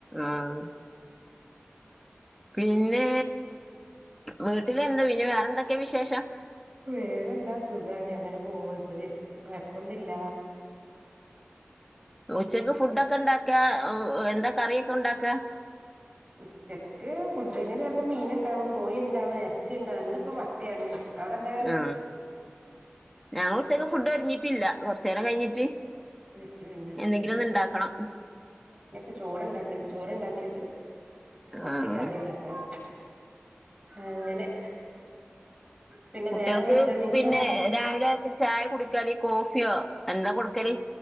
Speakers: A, in the centre; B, on the right.
A: ആഹ് പിന്നെ വീട്ടിലെന്താ പിന്നെ വേറെന്തൊക്കെയാ വിശേഷം
B: വേറെന്താ സുഖാണ് അങ്ങനെ പോവ്ണ്ട് കൊയപ്പൊന്നുല്ല
A: ഉച്ചക്ക് ഫുഡ് ഒക്കെ ഇണ്ടാക്യാ എന്താ കറിയൊക്കെ ഉണ്ടാക്കാ
B: ഉച്ചക്ക് ഫുഡിന് ചെലപ്പോ മീൻ ണ്ടാവും കോയിണ്ടാവും ഇറച്ചി ണ്ടാവും ഇന്നിപ്പോ മത്തിയാണ് അവിടെ എന്താ കറി
A: ആ ഞങ്ങൾ ഉച്ചക്ക് ഫുഡ് ഒരുങ്ങിട്ടില്ല കൊറചേരം കഴിഞ്ഞിട്ട്
B: ഉം ഉം
A: എന്തെങ്കിലും ഒന്ന് ഉണ്ടാക്കണം
B: ഇനിപ്പ ചോറ്ണ്ടാക്കിണ്ട് ചോറ്ണ്ടാക്കിട്ട് മത്തി
A: ആഹ്
B: കറി ഉണ്ടാക്കി ഒളൊ അങ്ങനെ. പിന്നെ
A: കുട്ട്യൾക്ക്
B: നേരം വെളുത്തെണീച്ച
A: പിന്നെ രാവിലെ ചായ കുടിക്ക ലി കോഫിയോ എന്താ കൊട്ക്കല്.